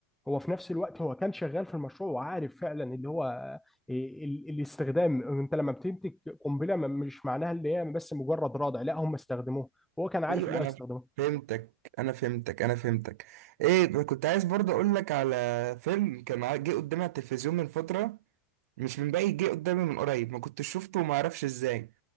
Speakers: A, in the centre; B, on the right.
A: هو في نفس الوقت هو كان شغال في المشروع وعارف فعلًا اللي هو ال الاستخدام أنت لما بتمتلك قمبلة ما مش معناها اللي هي بس مجرد راضي لا هم استخدموه هو كان عارف
B: ايوه
A: الوقت
B: انا
A: استخدمه
B: فاهمني فهمتك انا فهمتك انا فهمتك ايه كنت عايز برضه اقول لك على فيلم كان ع- جه قدامي على التلفزيون من فتره مش من بعيد جه قدامي من قريب ما كنتش شفته وما اعرفش ازاي